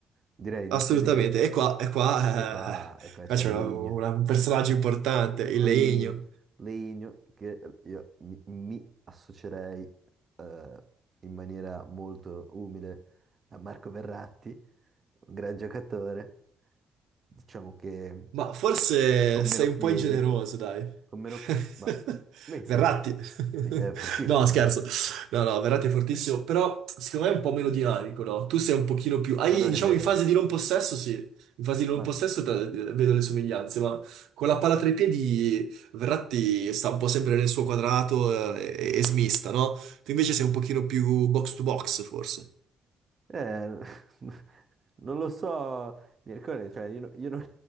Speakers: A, on the right; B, on the right.
A: direi di
B: Assolutamente.
A: inserire.
B: E qua, e qua,
A: E qua,
B: eh,
A: e qua
B: qua
A: c'è
B: c'è
A: Leigno.
B: una- una- un personaggio importante, il
A: Leigno,
B: legno.
A: Leigno, che io mi, mi associerei eh, in maniera molto umile a Marco Verratti, un gran giocatore, diciamo che
B: Ma forse
A: con
B: sei
A: meno piedi,
B: un po' ingeneroso, dai.
A: con meno
B: <laughs>
A: pi- ma Mezze,
B: Verratti. <laughs>
A: mi- è fortissimo,
B: No, scherzo.
A: vero?
B: No, no, Verratti è fortissimo, però secondo me è un po' meno dinamico, no? Tu sei un pochino più... Hai,
A: Ma non
B: diciamo,
A: è vero.
B: in fase di non possesso, sì. In fase di non
A: Ma,
B: possesso te- vedo le somiglianze, ma con la palla tra i piedi Verratti sta un po' sempre nel suo quadrato eh, e, e smista, no? Tu invece sei un pochino più box to box, forse.
A: eh, <laughs> non lo so, Mircone, cioè io, no- io non,